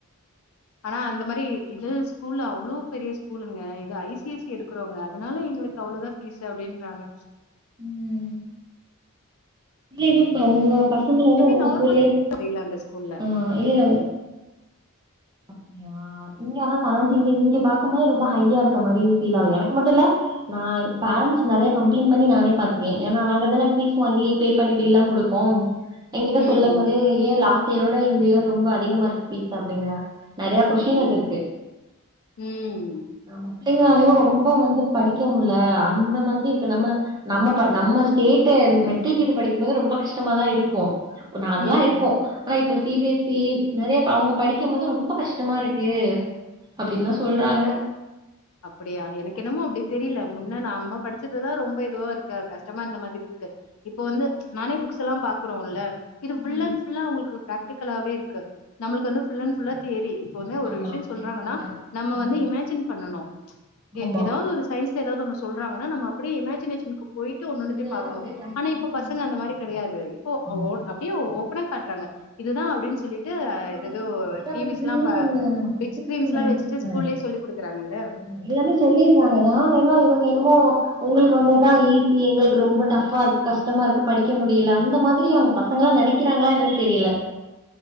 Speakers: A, on the left (about 75°); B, on the right (about 20°).
A: ஆனா அந்த மாரி இது ஸ்கூல்ல அவ்வளோ பெரிய ஸ்கூலுங்க இது ஐ சி எஸ் சி எடுக்கிறவங்க அதனால எங்களுக்கு அவ்வளோதா பீசு அப்டின்றாங்க
B: ம் இல்ல இதுவும் இப்ப உங்க பசங்க வந்து
A: எல்லாமே
B: உங்க
A: நார்மல்
B: ஸ்கூல்லயே
A: தெரியல அந்த ஸ்கூல்ல.
B: ஆ இல்ல அப்படியா நீங்க ஆனா சரௌண்டிங்ல இங்க பாக்கும் போது ரொம்ப ஹையா இருக்க மாரி ஃபீல் ஆகுது எனக்கு மட்டு இல்ல நா பேரண்ட்ஸ் நெறையா கம்ப்ளைண்ட் பண்ணி நானே பாத்திருக்கே ஏன்னா நாங்கதானே ஃபீஸ் வாங்கி பே பண்ணி பில்லா குடுக்கோம் எங்கிட்ட
A: ம்.
B: சொல்லம் போதே ஏ லாஸ்ட் இயரோட இந்த இயர் ரொம்ப அதிகமா இருக்கு ஃபீஸ் அப்டிங்கு நெறையா கொஷிடின்
A: ஓ!
B: வந்திருக்கு
A: ம்.
B: நம்ம பிள்ளைங்களாலயு ரொம்ப வந்து படிக்க முடில அந்த மாதிரி இருக்கு நம்ம நம்ம ப நம்ம ஸ்டேட்டு மெட்ரிக்கு இது படிக்கும்போது ரொம்ப கஷ்டமாதா இருக்கு நார்மலா
A: ம்.
B: இருக்கு ஆனா இப்ப சி பி எஸ் இ நெறைய அவங்க படிக்கும் போது ரொம்ப கஷ்டமா இருக்கு அப்படின்னு தா சொல்றாங்க
A: அப்படியா எனக்கு என்னமோ அப்படி தெரியல முன்ன நம்ம படிச்சதுதா ரொம்ப இதுவா இருக்கு கஷ்டமா இருந்த மாதிரி இருக்கு இப்ப வந்து நானே புக்ஸ்ஸல்லாம் பாக்குறோம்ல இது
B: ம்.
A: ஃபுல் அண்ட் ஃபுல்லா அவங்களுக்கு பிராக்டிகலாவே இருக்கு நமளுக்கு வந்து புல் அண்ட் ஃபுல்லா தியரி இப்பவுமே ஒரு
B: ஆமா.
A: விஷய சொல்றாங்கன்னா
B: தியரட்டிக்கல் தான் இருக்கும்.
A: நம்ம
B: ம்.
A: வந்து இமேஜின் பண்ணனு எ
B: ஆமா.
A: எதா வது ஒரு சைஸ்ல ஏதாவது ஒன்னு சொல்றாங்கன்னா நாம அப்படியே இமேஜினேஷன்க்குப் போயிட்டு ஒன்னு ஒன்னுத்தையு
B: இவங்களுக்கு
A: பாக்கணு
B: அப்படியே பிராக்டிகல்
A: ஆனா இப்ப பசங்க
B: இருக்கு.
A: அந்த மாரி கெடையாது இப்போ
B: ஆமா.
A: ஓ அப்டியே ஓப்பன்னா காட்றாங்க இதுதா அப்படின் சொல்லி ட்டு
B: ஆ
A: எது
B: அது
A: எதோ
B: ஓகே தான்.
A: டிவிஸ்ல்லா
B: பட் இருந்தாலும்
A: பா
B: அவங்க நான் பசங்களோட
A: பிக் ஸ்கிரீன்ஸ்ல்லா
B: மைண்ட்
A: வச்சுட்டு
B: செட்
A: ஸ்கூல்லயே
B: வேற.
A: சொல்லி் குடுக்கறாங்கல்ல
B: அ எல்லாமே சொல்லிருறாங்கதா ஏன்னா இவங்க என்னமோ உங்களுக்கு வந்து உங்களுக்குதா ஈசி எங்களுக்கு ரொம்ப டஃபா இருக்கு கஷ்டமா இருக்கு படிக்க முடியல அந்த மாதிரி அவங்க பசங்களா நெனைக்க கிறாங்களா என்னன்னு தெரியல